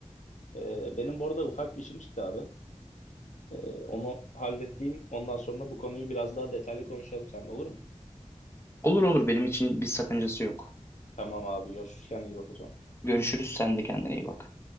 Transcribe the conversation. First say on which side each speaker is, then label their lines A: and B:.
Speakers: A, on the left; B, on the left.
A: E, benim bu arada ufak bir işim çıktı abi. E, onu halledeyim. Ondan sonra bu konuyu biraz daha detaylı konuşalım seninle olur mu?
B: Olur olur benim için bir sakıncası yok.
A: Tamam abi görüşürüz. Kendine iyi bak o zaman.
B: Görüşürüz, sen de kendine iyi bak.